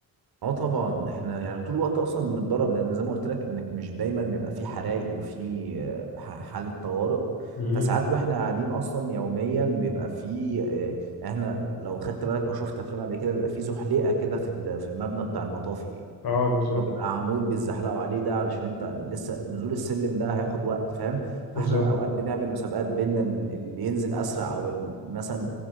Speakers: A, on the right (about 70°); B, on the left (about 70°).
A: اه طبعا احنا يعني طول الوقت اصلا بنتدرب لان زي ما قلت لك انك مش دايما بيبقى في حرايق وفي آه، ح- حالة طوارئ
B: مهم.
A: فساعات واحنا قاعدين اصلا يوميا بيبقى في آه، يعني احنا لو خدت بالك او شفت افلام قبل كده بيبقى في زحليقة كده في ال- في المبنى بتاع المطافي
B: اه بالظبط
A: اللي هو بيبقى عمود بيتزحلقوا عليه ده علشان انت لسه نزول السلم ده هياخد وقت فاهم
B: بالظبط
A: فاحنا اوقات بنعمل مسابقات بينا اللي ينزل اسرع او ال- مثلا